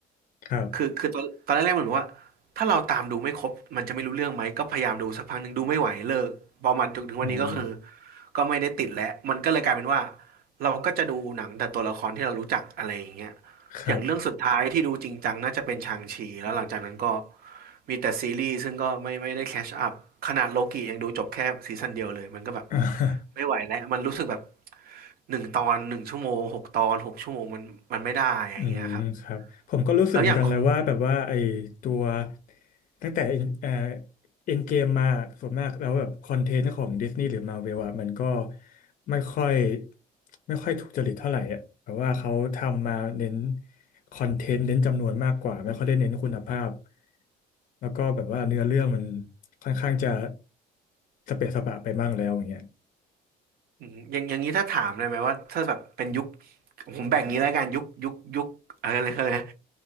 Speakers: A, on the left (about 50°); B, on the right (about 60°).
A: ครับ
B: คือคือตอนตอนแรกๆเหมือนว่าถ้าเราตามดูไม่ครบมันจะไม่รู้เรื่องไหมก็พยายามดูสักพักหนึ่งดูไม่ไหวเลิกพอมาถึงถึงวันนี้ก็คือ
A: อืม
B: ก็ไม่ได้ติดแล้วมันก็เลยกลายเป็นว่าเราก็จะดูหนังแต่ตัวละครที่เรารู้จักอะไรอย่างเงี้ย
A: ครับ
B: อย่างเรื่องสุดท้ายที่ดูจริงจังน่าจะเป็นชางชีแล้วหลังจากนั้นก็มีแต่ซีรีส์ซึ่งก็ไม่ไม่ได้แคชอัพขนาดโลกิยังดูจบแค่ซีซั่นเดียวเลยมันก็แบบ
A: อ่า
B: ไม่ไหวแล้วมันรู้สึกแบบหนึ่งตอนหนึ่งชั่วโมงหกตอนหกชั่วโมงมันมันไม่ได้อย่างเงี้ยครับ
A: อืมครับผมก็รู้สึกเหมือนกันเลยว่าแบบว่าไอ้ตัว
B: แล้วอย่างของ
A: ตั้งแต่เอ่อเอ็นเกมมาส่วนมากแล้วแบบคอนเทนต์ของดิสนีย์หรือมาเวลอะมันก็ไม่ค่อยไม่ค่อยถูกจริตเท่าไหร่อ่ะแบบว่าเขาทำมาเน้นคอนเทนต์เน้นจำนวนมากกว่าไม่ค่อยได้เน้นคุณภาพแล้วก็แบบว่าเนื้อเรื่องมันค่อนข้างจะสเปะสปะไปบ้างแล้วอย่างเงี้ย
B: อืมอย่างอย่างนี้ถ้าถามเลยไหมว่าถ้าแบบเป็นยุคผมแบ่งงี้แล้วกันยุคยุคยุคอะไรนะอะไรนะ